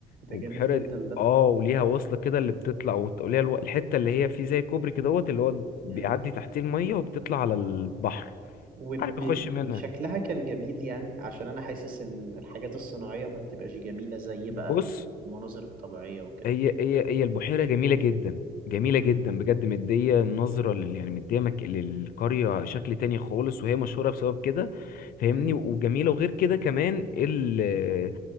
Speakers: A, on the left; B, on the right.
A: وبحيره
B: ده جامد جدا
A: دي-
B: ده
A: اه وليها وصله كده اللي بتطلع وت- وليها الو... الحته اللي هي فيه زي كوبري كده دوت اللي هو بيعدي
B: مم.
A: تحتيه الميه وبتطلع على البحر
B: وشكلها
A: عارف بيخش منها
B: كان جميل يعني عشان انا حاسس ان الحاجات الصناعية ما بتبقاش جميلة زي
A: بص
B: بقى المناظر الطبيعية وكده
A: هي هي هي البحيرة جميلة جدا جميلة جدا
B: امم
A: بجد مدية نظرة لل يعني مدية مك... للقرية شكل تاني خالص وهي مشهورة بسبب كده فاهمني
B: امم
A: وجميلة وغير كده كمان ال...